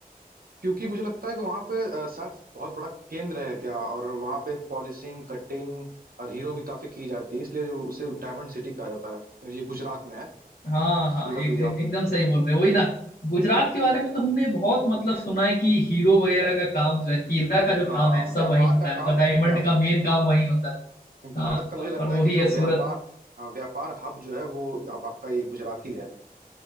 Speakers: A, on the right; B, on the left.
A: क्योंकि मुझे लगता है कि वहां पे अ, शायद बहुत बड़ा केंद्र है क्या और वहां पे पॉलिशिंग कटिंग हीरो की काफी की जाती है इसलिए उसे डायमंड सिटी कहा जाता है ये गुजरात में है
B: हाँ हाँ
A: सूरत
B: एक,
A: गुजरात
B: एक, एकदम
A: में
B: सही बोल रहे हो वही ना गुजरात के बारे में तो हमने बहुत मतलब सुना है कि हीरो वगैरह का काम जो है हीरा का जो
A: हाँ
B: काम है सब
A: व्यापार
B: वही होता
A: का
B: है मतलब
A: काम
B: डायमंड
A: व्या,
B: का मेन काम वही होता है
A: भारत
B: हाँ
A: का मुझे
B: और
A: लगता
B: वही
A: है कि जो
B: है सूरत
A: व्यापार हाँ व्यापार हब जो है वो आप, आपका ये गुजराती